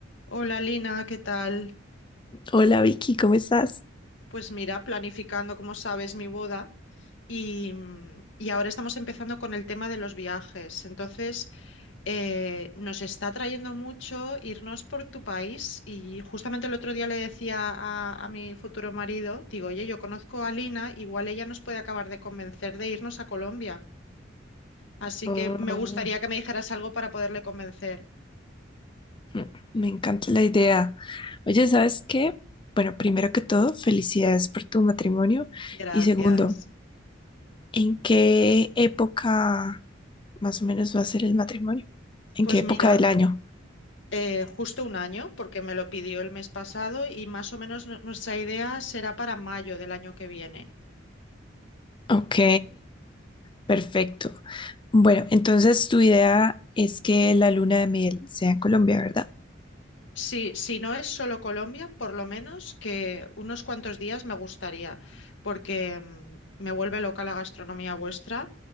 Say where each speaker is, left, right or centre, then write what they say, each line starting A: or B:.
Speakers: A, on the left; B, on the left.
A: Hola Lina, ¿qué tal?
B: Hola Vicky, ¿cómo estás?
A: Pues mira, planificando, como sabes, mi boda y, mm, y ahora estamos empezando con el tema de los viajes. Entonces, eh, nos está atrayendo mucho irnos por tu país y justamente el otro día le decía a, a mi futuro marido, digo, oye, yo conozco a Lina, igual ella nos puede acabar de convencer de irnos a Colombia. Así
B: Oh,
A: que me gustaría que me dijeras algo para poderle convencer.
B: mm, me encanta la idea. Oye, ¿sabes qué? Bueno, primero que todo, felicidades por tu matrimonio.
A: Gracias.
B: Y segundo, ¿en qué época más o menos va a ser el matrimonio? ¿En
A: Pues
B: qué época
A: mira.
B: del año?
A: Eh, justo un año, porque me lo pidió el mes pasado y más o menos nu- nuestra idea será para mayo del año que viene.
B: Ok, perfecto. Bueno, entonces tu idea es que la luna de miel sea en Colombia, ¿verdad?
A: Sí, si no es solo Colombia, por lo menos que unos cuantos días me gustaría, porque mm, me vuelve loca la gastronomía vuestra